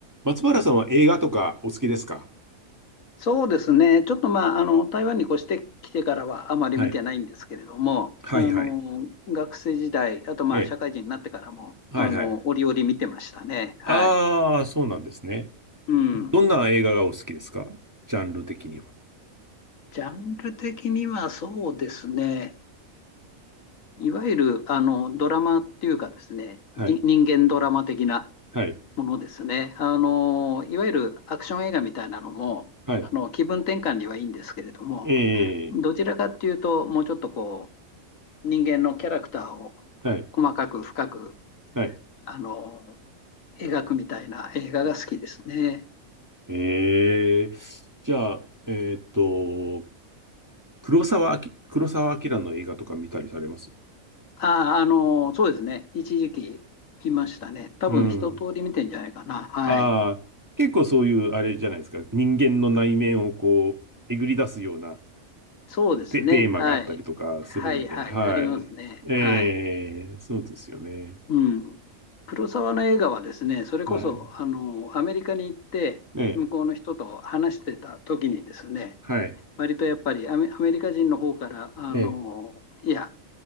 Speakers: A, on the right; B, on the left.
A: 松原さんは映画とかお好きですか
B: そうですね。ちょっとまあ、あの、台湾に越してきてからはあまり見てないんですけれども、
A: はい。はいはい。
B: あの、学生時代、あとまあ、
A: ええ。
B: 社会人になってからも、
A: はいはい。
B: あの、折々見てましたね。はい。
A: ああ、そうなんですね。
B: うん。
A: どんな映画がお好きですかジャンル的には。
B: ジャンル的にはそうですね。いわゆる、あの、ドラマっていうかですね、
A: はい。
B: に人間ドラマ的な
A: はい。
B: ものですね。あの、いわゆるアクション映画みたいなのも、
A: はい。
B: あの、気分転換にはいいんですけれども、
A: ええ。
B: どちらかっていうと、もうちょっとこ人間のキャラクターを細かく深く、
A: はい。はい。
B: あの、描くみたいな映画が好きですね。
A: ええ。じゃあ、えーっと、黒沢明、黒沢明の映画とか見たりされます
B: ああ、あの、そうですね。一時期見ましたね。多分一通り見てんじゃないかな。
A: うん。
B: はい。
A: ああ、結構そういう、あれじゃないですか。人間の内面をこう、えぐり出すような
B: そうですね。
A: テ、テーマがあったりとかするんで、
B: はい。はい、はい。
A: はい。
B: ありますね。
A: ええ、
B: はい。
A: そうですよね。
B: うん。黒沢の映画はですね、それこそ、
A: はい。
B: あの、アメリカに行って、
A: ええ、
B: 向こうの人と話してた時にですね、
A: はい。
B: 割とやっぱりアメ、アメリカ人の方から、あの、
A: ええ。
B: いや、